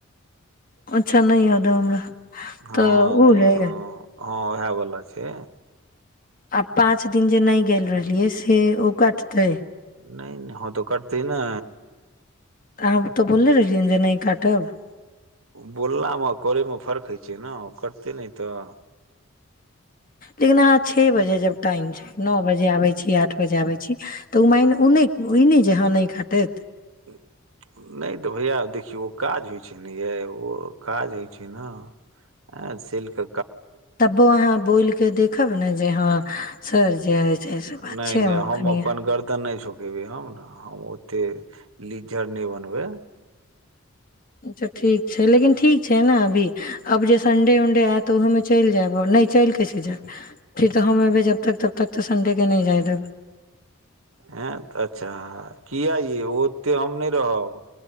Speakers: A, on the left; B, on the right.
A: अच्छा नहि याद हमरा
B: हँ
A: तऽ ओ है य
B: हँ इएह बो छै
A: आब पाँच दिन जे नहि गेल रहलियै से ओ कटतै
B: नहि नहि ह तऽ काटतेै ने
A: त तो बोले रहियन जे नहि काटब
B: बोललामे करैमे फर्क होइ छै ने करते नहि तऽ
A: लेकिन अहाँ छओ बजे जब टाइम छै नओ बजे आबे छी आठ बजे आबै छी तऽ ओ माय ओ नहि ई नहि जे हँ नहि काटत
B: नहि तऽ भैया देखियौ काज होइ छै जन ओ काज होइ छै न सक
A: तबो अहाँ बोलिक देखब ने जे हँ सर जे हइ छै से बात
B: नहि
A: छै हमर
B: नहि हम
A: कनिया
B: अपनन कर तऽ नहि छु गेबे हम ने हम ओते लीज्जर नहि बनबै
A: अच्छा ठीक छै लेकिन ठीक छै ने अभी आब जे संडे उणडे आयत तऽ ओहोूमे चलि जायब आ नहि चलि कैसे जायब फेर तऽ हम अयबै जबतक तबतक तऽ संडेके नहि जाय देब
B: ह अच्छा किया य ओ ओते हम नहि रहब